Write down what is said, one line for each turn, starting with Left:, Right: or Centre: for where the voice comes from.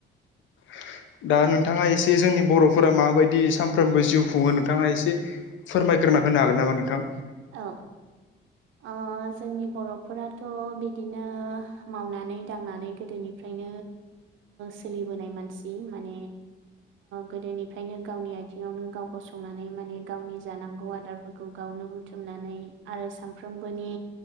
Left: <inaudible> दा नोंथाङा एसे जोंनि बर'फोरा माबायदि सानफ्रोमबो जिउ खुङो नोंथाङा एसे फोरमायग्रो ना होनो हागोन नामा नोंथां
Right: औ औ जोंनि बर'फोराथ' बिदिनो मावनानै दांनानै गोदोनिफ्राय सोलिबोनाय मानसि मान गोदोनिफ्रायनो गावनि आ आथिङावनो गाव गसंनानै माने गावनि जानांगौ आदारफोरखौ गावनो बुथुमनानै आरो सामफ्रोमबोनि